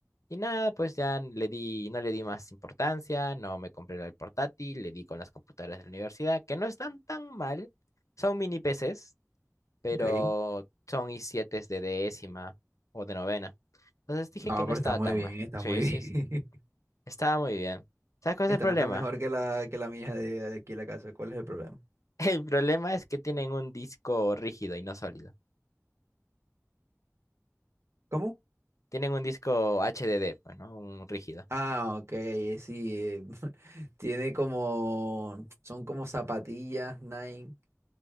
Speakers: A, on the left; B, on the right.
A: Y nada, pues ya le di, no le di más importancia, no me compré el portátil, le di con las computadoras de la universidad, que no están tan mal. Son mini PCs, pero
B: Ok,
A: son i7 de décima o de novena. Entonces dije
B: No,
A: que no
B: pero
A: estaba
B: está muy
A: tan
B: bien,
A: mal.
B: está
A: Sí,
B: muy
A: sí, sí.
B: bien.
A: Estaba muy bien.
B: <laughs>
A: ¿Sabes cuál
B: Está
A: es el problema?
B: hasta mejor que la, que la mía de, de aquí en la casa. ¿Cuál es el problema?
A: <laughs> El problema es que tienen un disco rígido y no sólido.
B: ¿Cómo?
A: Tienen un disco HDD, pues, ¿no? Un rígido.
B: Ah, ok, eh, sí. eh, <laughs> tiene como, son como zapatillas Nike